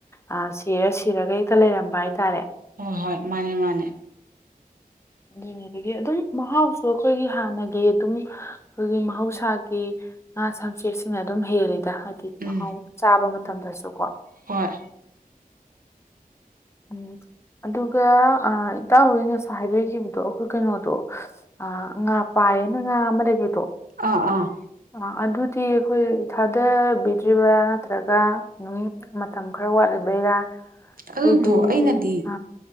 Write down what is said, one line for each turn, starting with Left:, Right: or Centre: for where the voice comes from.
Left: ꯑ ꯁꯤꯔ ꯁꯤꯔꯒ ꯍꯦꯛꯇ ꯂꯩꯔꯝꯕ ꯍꯥꯏꯇꯥꯔꯦ
Right: ꯍꯣꯏ ꯍꯣꯏ ꯃꯥꯅꯦ ꯃꯥꯅꯦ
Left: ꯑꯗꯨꯅꯦꯗꯒꯤ ꯑꯗꯨꯝ ꯃꯍꯥꯎꯁꯨ ꯑꯩꯈꯣꯏꯒꯤ ꯍꯥꯟꯅꯒꯤ ꯑꯗꯨꯝ ꯑꯩꯈꯣꯏꯒꯤ ꯃꯍꯧꯁꯥꯒꯤ ꯉꯥ ꯁꯝꯆꯦꯛꯁꯤꯡꯅ ꯑꯗꯨꯝ ꯍꯦꯜꯂꯤꯗ ꯍꯥꯏꯗꯤ
Right: ꯎꯝ
Left: ꯃꯍꯥꯎ ꯆꯥꯕ ꯃꯇꯝꯗꯁꯨ ꯀꯣ
Right: ꯍꯣꯏ
Left: ꯑ ꯑꯗꯨꯒ ꯏꯇꯥꯎ ꯍꫭꯏ ꯉꯁꯥꯏ ꯍꯥꯏꯕꯤꯈꯤꯕꯗꯣ ꯑꯩꯈꯣꯏ ꯀꯩꯅꯣꯗꯣ ꯑ ꯉ ꯉꯥ ꯄꯥꯏ ꯍꯥꯏꯅ ꯉꯥ ꯑꯃ ꯂꯩꯕꯗꫭ
Right: ꯑꯥ ꯑꯥ
Left: ꯑ ꯑꯗꯨꯗꯤ ꯑꯩꯈꯣꯏ ꯊꯥꯗꯕꯤꯗ꯭ꯔꯤꯕ꯭ꯔꯥ ꯅꯠꯇ꯭ꯔꯒ ꯑꯗꯨꯝ ꯃꯇꯝ ꯈꯔ ꯋꯥꯠꯂꯤꯕꯩꯔꯥ
Right: ꯑꯗꯨꯗꯣ
Left: ꯑꯩꯗꯤ ꯍꯥꯏꯗꯤ
Right: ꯑꯩꯅꯗꯤ
Left: ꯑ